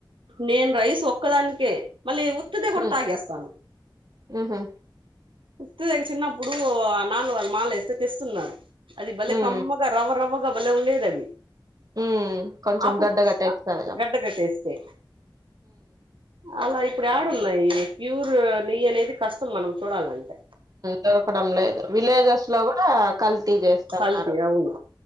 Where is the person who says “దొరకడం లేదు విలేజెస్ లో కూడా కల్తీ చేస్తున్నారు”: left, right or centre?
Right